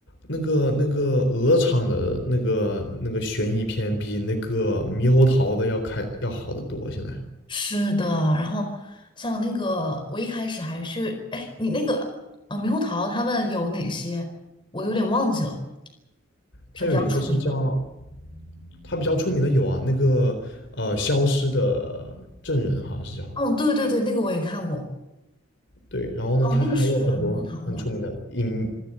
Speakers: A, on the left; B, on the left.
A: 那个那个鹅厂的那个那个悬疑片比那个猕猴桃的要开要好得多，现在。
B: 是的，然后像那个我一开始还是哎，你那个啊猕猴桃他们有哪些？我有点忘记了。是比较出名的。
A: 它有一个是叫，它比较出名的有啊，那个呃消失的证人好像是叫，
B: 哦，对对对，那个我也看过。
A: 对，然后呢，
B: 哦，
A: 他还有很多很出名的隐
B: 那个是猕猴桃的。